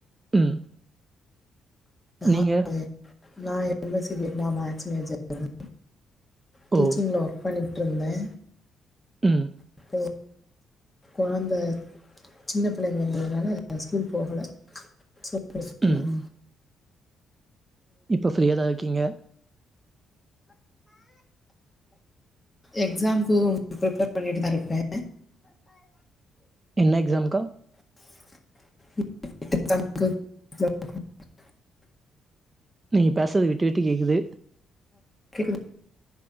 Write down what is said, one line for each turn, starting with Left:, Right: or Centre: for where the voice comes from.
Right: ம்
Left: ஆ
Right: நீங்க
Left: ஏ நா எந்த சிஜெனா மேக்ஸ் மேஜர் வேன் டீச்சிங்ல
Right: ஓ
Left: ஒர்க் பண்ணி பன்னே
Right: உ
Left: அப்போ குழந்த சின்ன பிள்ளைங்கங்கனால நா ஸ்கூல் போகல ச சுற்றான்
Right: ம் ம் இப்ப ஃப்ரீயாதா இரு கிங்க
Left: எக்ஸாம்க உ பரிப்பேர் பண்ணிட்டுதா இருப்பே
Right: என்ன எக்ஸாம்கா
Left: <inaudible>
Right: நீங்க பேசறது விட்டு விட்டு கேக்குது
Left: கேக்குது <inaudible>